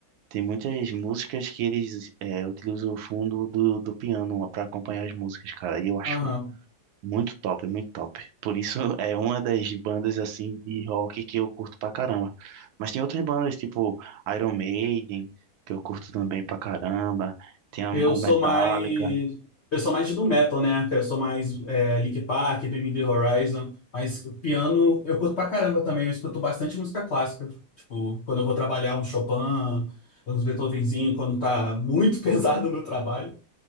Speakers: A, on the right; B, on the left.
A: tem muitas músicas que eles é, utilizam o fundo do, do piano para acompanhar as músicas, cara. E eu acho
B: Aham.
A: muito top, muito top. Por isso é uma das bandas assim de rock que eu curto pra caramba. Mas tem outras bandas tipo Iron Maiden, que eu curto também pra caramba. Tem a-
B: Eu
A: o
B: sou
A: Metallica.
B: mais. Eu sou mais do metal, né? Eu sou mais é, Linkin Park, Bring Me The Horizon. Mas piano eu curto pra caramba também. Eu escuto bastante música clássica. Tipo, quando eu vou trabalhar um Chopin, uns Beethovenzinho, quando tá muito <laughs> pesado no trabalho,